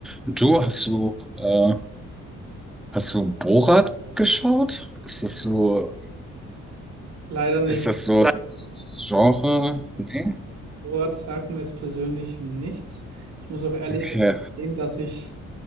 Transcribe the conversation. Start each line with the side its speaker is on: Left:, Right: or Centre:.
Centre: Und Du hast so, äh, Hast du Borat geschaut? Ist das so,
Right: Leider nicht.
Centre: ist das so Nein, Genre? Nee?
Right: Ort sagt mir jetzt persönlich nichts. Ich muss auch ehrlich
Centre: Okay.
Right: gestehen, dass ich